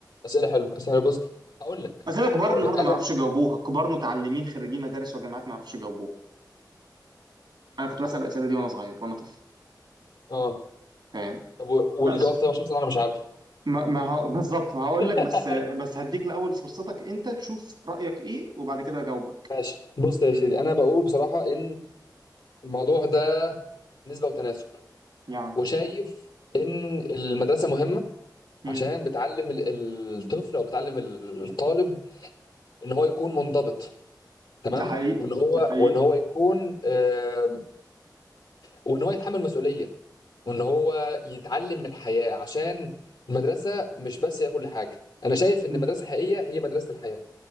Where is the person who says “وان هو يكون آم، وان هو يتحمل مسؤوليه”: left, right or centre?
Left